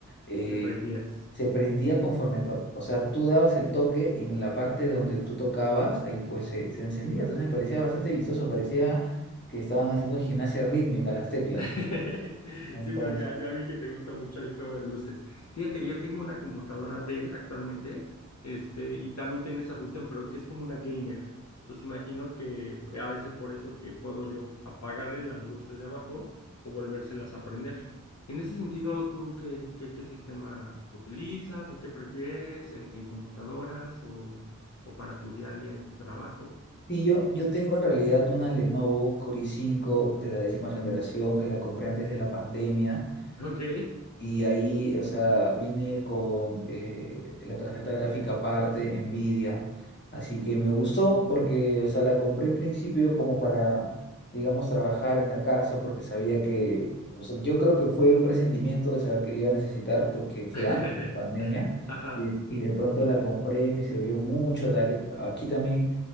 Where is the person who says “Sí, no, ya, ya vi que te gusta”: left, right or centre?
Left